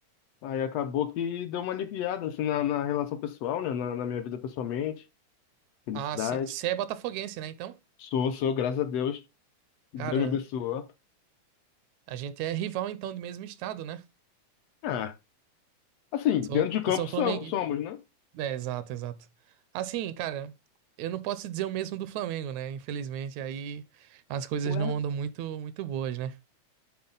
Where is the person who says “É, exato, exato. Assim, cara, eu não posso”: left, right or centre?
Right